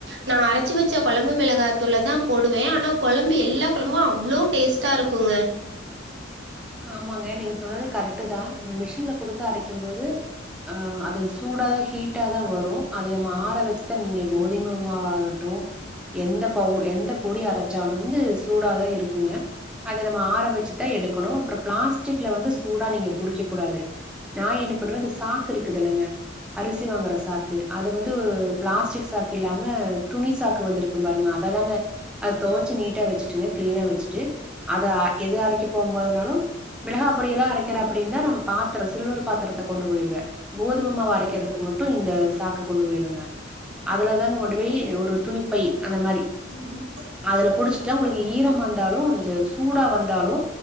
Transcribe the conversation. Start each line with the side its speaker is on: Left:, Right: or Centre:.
Right: நா அரச்சு வச்ச கொழம்பு மெளகாத்தூலதா போடுவே ஆனா கொழம்பு எல்லா கொழம்பு அவ்ளோ டேஸ்ட் <unintelligible> இருக்குங்க
Centre: ஆமாங்க நீங்க சொன்னது கரெக்டுதா நம்ம மிஷின்ல குடுத்து அரைக்கும் போது அ அது சூடாதா ஹீட்டாதா வரு அத நம்ம ஆற வச்சுதா நீங்க கோதிமை மாவாகட்டு எந்த பவு எந்த பொடி அரைச்சாலு வந்து சூடாகதா இருக்குங்க அத நம்ம ஆற வச்சுத்தா எடுக்கணு அப்ரோ பிளாஸ்டிக்ல வந்து சூடா நீங்க புடிக்க கூடாது நா என்ன பண்ணுவே அந்த சாக்கு இருக்குதுல்லங்க அரிசி வாங்குற சாக்கு அது வந்து பிளாஸ்டிக் சாக்கு இல்லாம துணி சாக்கு வந்துருக் ம்பாருங்க அததாங்க அத தொவச்சு நீட்டா வச்சுட்டுங்க கிளீனா வச்சுட்டு அத எத அரைக்க போம் போதுனாலு மெளகா பொடியெல்லா அரைக்கிறாப்டிருன்தா நம்ம பாத்துரோ சில்வர் பாத்ரத்த கொண்டு போயிருவ கோதும மாவு அரைக்கிறதுக்கு மட்டு இந்த சாக்கு கொண்டு போயிருவங்க அதுல தாங்க கொண்டு போய் ஒரு துணிப்பை அந்த மாரி
Right: <inaudible>
Centre: அதுல புடிச்ட்டா உங்களுக்கு ஈரமாருந்தாலு இச்சு சூடா வந்தாலு